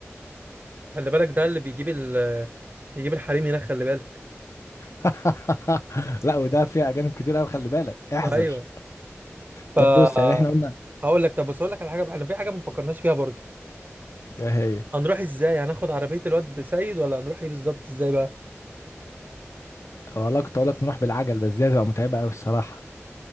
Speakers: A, on the right; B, on the left.
A: خلي بالك ده اللي بيجيب ال بيجيب الحريم هناك خلي بالك
B: <laughs> لا وده فيها اجانب كتير قوي خلي بالك احذر
A: ايوه ف
B: طب بص يعني احنا قلنا
A: هقول لك طب بص هقول لك على حاجه بقى، احنا في حاجه ما فكرناش فيها برضه
B: ده هي
A: هنروح ازاي هناخد عربيه الواد سيد ولا هنروح ايه بالظبط ازاي بقى
B: والله كنت اقول لك نروح بالعجل بس دي هتبقى متعبه قوي الصراحه